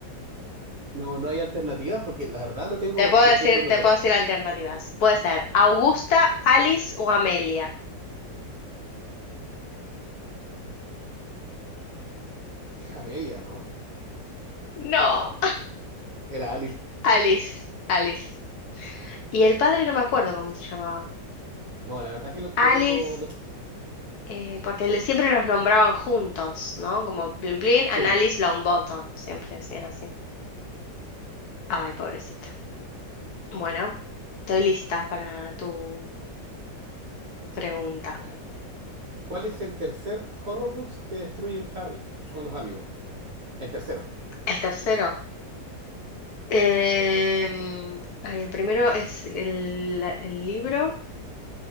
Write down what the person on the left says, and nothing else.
Te puedo
decir,
te puedo decir alternativas. Puede ser Augusta, Alice o Amelia.
No.
Alice, Alice. Y el padre no me acuerdo cómo se llamaba.
Alice,
eh, porque le- siempre los nombraban juntos, ¿no? Como Plin Plin and
Alice Longbottom, siempre decían así. Ay, pobrecita. Bueno, estoy lista para tu pregunta.
El tercero. Em, ay, el primero es el, el libro.